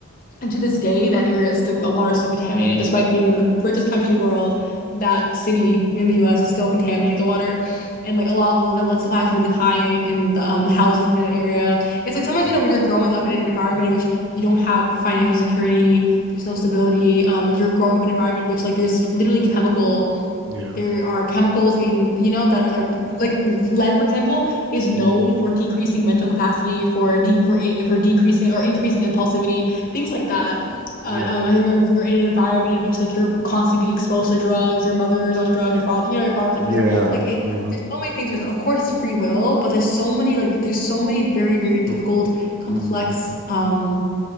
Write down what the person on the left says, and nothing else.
And to this day, that area is the water is still contaminated, despite being in the richest country in the world. That city in the U.S. is still contaminated the water, and like a lot of the lead supply is really high in the um, houses in that area. It's like sometimes
you know when you're growing up in an environment in which you don't have financial security, there's no stability. Um, you're growing up in an environment in which like there's literally chemical
there are chemicals in, you know, that are, like lead, for example, is known
for decreasing mental capacity, for de for in- for decreasing or increasing impulsivity, things like that. Uh,
um, and then you're in, you're in an environment in which like you're constantly being exposed to drugs. Your mother's on drugs. Your father, you know, your father's
in prison. Like, it,
there's so many things. There's, of course, it's free will, but there's so many like there's so many very very difficult,
complex
um